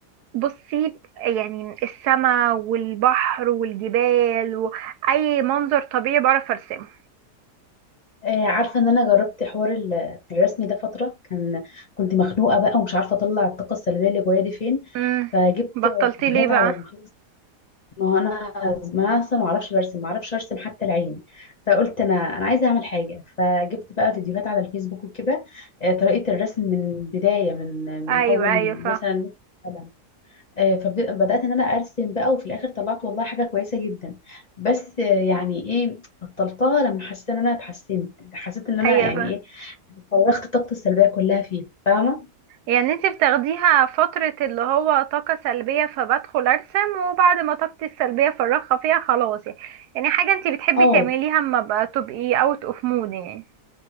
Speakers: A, on the right; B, on the left.
A: بصي يعني السماء والبحر والجبال واي منظر طبيعي بعرف ارسمه
B: آه، عارفة ان انا جربت حوار ال- الرسم ده فترة كان كنت مخنوقة بقى ومش عارفة اطلع الطاقة السلبية اللي جوايا دي فين
A: امم
B: فجبت
A: بطلتي
B: فيديوهات
A: ليه بقى
B: على الفيس ما هو انا ما اصلا ما اعرفش برسم ما اعرفش ارسم حتى العين فقلت انا انا عايزه اعمل حاجه فجبت بقى فيديوهات على الفيسبوك وكده آه، طريقه الرسم من بدايه من من
A: ايوه
B: اول
A: ايوه فا
B: مثلا قلم آه، فبدات ان انا ارسم بقى وفي الاخر طلعت والله حاجه كويسه جدا بس آه، يعني ايه بطلتها لما حسيت ان انا اتحسنت حسيت ان انا
A: ايوه
B: يعني
A: فا
B: ايه فرغت طاقتي السلبيه كلها فيها فاهمه
A: يعني انت بتاخديها فترة اللي هو طاقة سلبية فبدخل ارسم وبعد ما طاقتي السلبية فرغها فيها خلاص يعني يعني حاجة انت بتحبي
B: اه
A: تعمليها اما بقى تبقي اوت اوف مود يعني